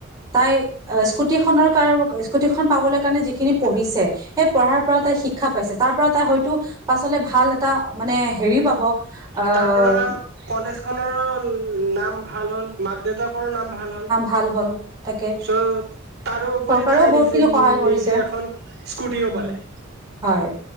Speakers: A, on the right; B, on the right.
A: তাই স্কুটিখনৰ কাৰ স্কুটি খন পাবলৈ কাৰণে যিখিনি পঢ়িছে, সেই পঢ়াৰ পৰা- তাই শিক্ষা পাইছে তাৰ পৰা তাই হয়তো পাছলে ভাল এটা মানে হেৰি পাব। আহ
B: তাৰ পৰা কলেজ খনৰো নাম ভাল হ'ল মাক দেউতাক- পৰা নাম ভাল হ'ল।
A: ভাল হ'ল তাকে
B: চ' তাৰোপৰি
A: চৰকাৰেও
B: তাই
A: বহুতখিনি
B: নিজে নিজে
A: সহায় কৰিছে
B: এখন স্কুটিও
A: উম
B: পালে।
A: হয়।